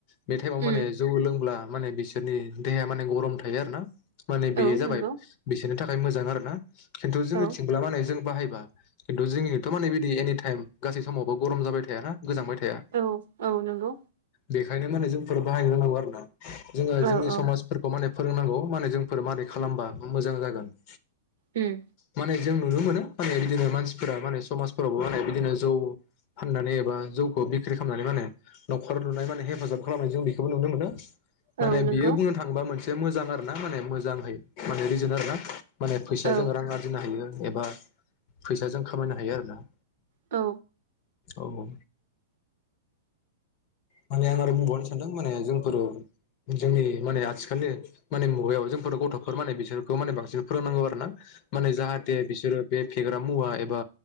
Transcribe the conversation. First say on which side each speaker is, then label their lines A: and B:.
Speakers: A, on the left; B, on the right.
A: बे टाइमाव
B: उम
A: माने जौ लों ब्ला माने बिसोरनि देहाया माने गरम थायो आरोना। माने बेयो
B: औ
A: जाबाय
B: नंगौ
A: बिसोरनि था बाय मोजां आरोना। खिन्थु जोंनिथिंब्ला
B: औ
A: मानो जों बाहाय बा खिन्थु जों एथ' माने बिदि एनि टाइम गासै समावबो गरम जाबाय थायाना गोजांबाय थाया
B: औ औ नोंगौ
A: बेखायनो माने जोंफोर बाहायनो रोंनांगौ आरोना। जोङो
B: औ
A: जोंनि समाजफोरखौ
B: औ
A: माने फोरोंनांगौ माने जोंफोर मारै खालामबा मोजां जागोन
B: उम
A: माने जों नुनो मोनो माने बिदिनो मानसिफोरा माने समाजफोरावबो माने बिदिनो जौ फाननानै एबा जौखौ बिक्रि खालामनानै माने न'खर लुनाय माने हेफाजाब खालामनाय जों बेखौबो नुनो मोनो। माने
B: औ नंगौ
A: बियो बुंनो थाङोबा मोनसे बे मोजां आरो ना माने मोजांहै माने रिजोन आरो ना माने फैसाजों
B: औ
A: रां आरजिनो हायो। एबा फैसाजों खामायनो हायो आरो ना
B: औ
A: औ औ माने आं आरो बुंबावनो सानदों माने जों <unintelligible> जोंनि माने आथिखालनि माने मुगायाव जोंफोर गथ'फोर माने बिसोरखौ माने बांसिन फोरोंनांगौ। <unintelligible> माने जाहाथे बिसोरो बे पि फेग्रा मुवा एबा